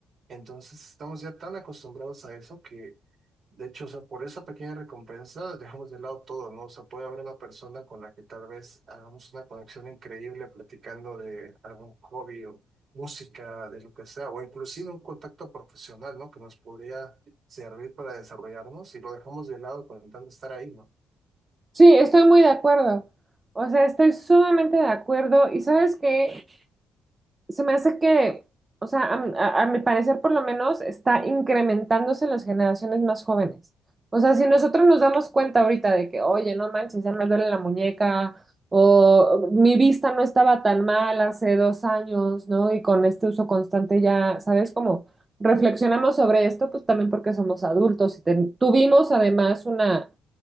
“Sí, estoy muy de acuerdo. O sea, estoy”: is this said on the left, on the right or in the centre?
Right